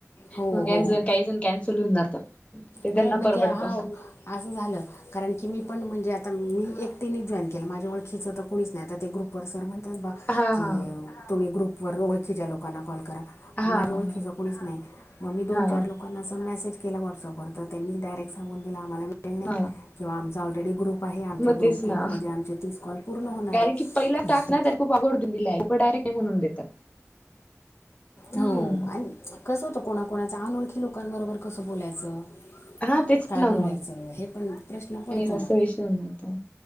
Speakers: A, on the left; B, on the left.
A: हो
B: मग
A: हो
B: काही जण कॅन्सल होऊन जातात ते
A: नाही
B: त्यांना
A: म्हणजे
B: परबडत
A: हा असं कारण की मी पण म्हणजे मी एकटीने जॉईन केलं माझ्याओळखीचं तर कोणीच नाही आता ते ग्रुपवर सर म्ह तर बघ
B: हा
A: की
B: हा
A: तुम्ही ग्रुपवर ओळखीच्या लोकांना कॉल करा
B: हा
A: ण माझ्या
B: हा
A: ओळखीच कोणीच नाही मग मी दोन
B: हा
A: चार लोकांना मेसेज केला व्हॉटसअपवर तर त्यांनी डायरेक्ट सांून दि आम्हाला मिळल नाही
B: हा
A: किंवा आमचा ऑलरेडी ग्रुप आहे आमच्या
B: मग
A: ग्रुप
B: तेच ना
A: ग्रुपमध्ये आमचे तीस कॉल पूर्ण होणार
B: कारण
A: आहे
B: की पहिला टाक ना तर खूप अघडतून दिला डायरेक्ट म्हणून देतात हम्म
A: हो आणि कसं होतं कोणा कोणाच अनोळखी लोकांबरोबर कसं बोलायचं
B: हा तेच
A: काय
B: नामर
A: बोलायचं हे पण प्रश्न पडतो
B: नाही त
A: ना
B: विष नता